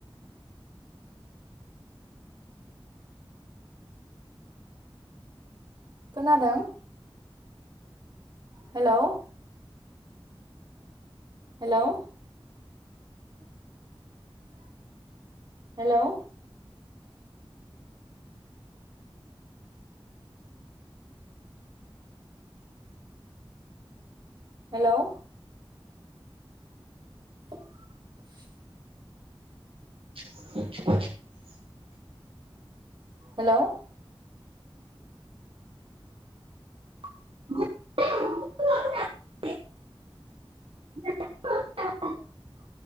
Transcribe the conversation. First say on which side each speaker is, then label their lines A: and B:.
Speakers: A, on the right (about 50°); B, on the right (about 70°).
A: खोनादों? हेलौ। हेलौ। हेलौ। हेल' <inaudible>
B: <inaudible>
A: हेल'।
B: <inaudible> <inaudible>